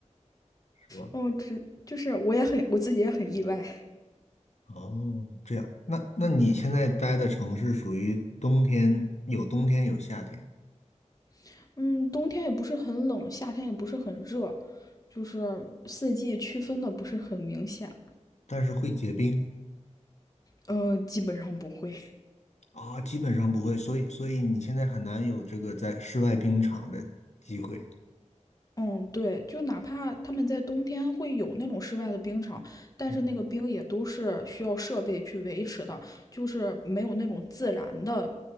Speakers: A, on the left; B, on the left.
A: 是吧？
B: 哦，只就是我也很我自己也很意外，
A: 哦，这样，那那你现在待的城市属于冬天，有冬天有夏天，
B: <laughs> 嗯，冬天也不是很冷，夏天也不是很热，就是四季区分的不是很明显，
A: 但是会结冰
B: 呃，基本上不会，
A: 啊，基本上不会，所以所以你现在很难有这个在室外冰场的机会。
B: 嗯，对，就哪怕他们在冬天会有那种室外的冰场，但是那个冰也都是需要设备去维持的，
A: 嗯，
B: 就是没有那种自然的，